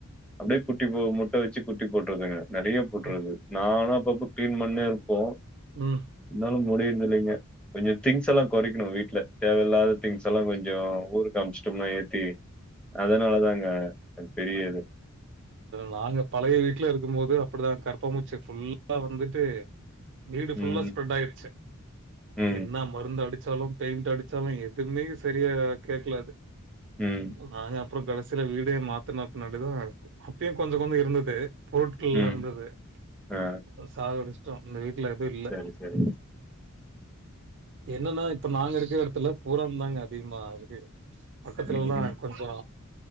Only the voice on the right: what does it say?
ஆ.
ம்
நாங்க பழைய வீட்ல இருக்கு போது அப்டிதா கரப்பா பூச்சி ஃபுல்லா வந்துட்டு வீடு ஃபுல்லா
ஸ்ப்ரெட்டாயிச்சு
என்ன மருந்து அடிச்சாலு பெயிண்ட் அடிச்சாலு எதுமே சரியா கேக்கல அது
நாங்கப்றோ கடைசில வீடே மாத்தன பின்னாடிதா அப்பயு கொஞ்ச கொஞ்சொ இருந்தது பொருட்கள்ல
இருந்தது
அப்போ சாகடிச் ட்டோ இந்த வீட்ல எது இல்ல
என்னன்னா இப்ப நாங்க இருக்கற எடத்துல பூரான் தாங்க அதிகமாருக்கு பக்கத்துலலா
கொஞ்சோ